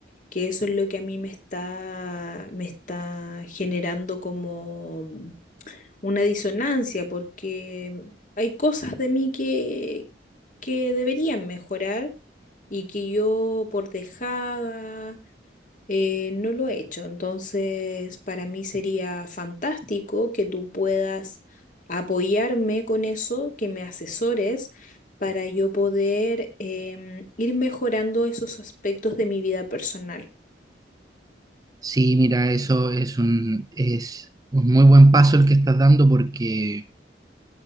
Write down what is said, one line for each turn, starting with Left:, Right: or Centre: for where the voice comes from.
Left: que eso es lo que a mí me está, me está generando como una disonancia, porque hay cosas de mí que, que deberían mejorar y que yo por dejada eh, no lo he hecho, entonces para mí sería fantástico que tú puedas apoyarme con eso, que me asesores para yo poder em, ir mejorando esos aspectos de mi vida personal.
Right: Sí, mira, eso es un, es un muy buen paso el que estás dando porque